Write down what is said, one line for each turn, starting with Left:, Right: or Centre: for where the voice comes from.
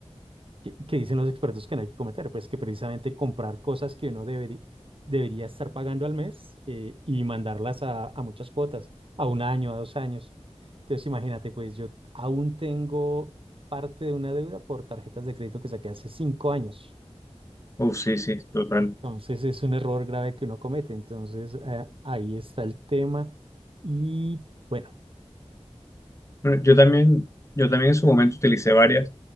Right: que, que dicen los expertos que no hay que cometer, pues que precisamente comprar cosas que uno deberí- debería estar pagando al mes eh, y mandarlas a, a muchas cuotas, a un año, a dos años. Entonces, imagínate, pues yo aún tengo parte de una deuda por tarjetas de crédito que saqué hace cinco años.
Left: Uf, sí, sí, total.
Right: Entonces, es un error grave que uno comete. Entonces, eh, ahí está el tema. Y bueno,
Left: Bueno, yo también, yo también en su momento utilicé varias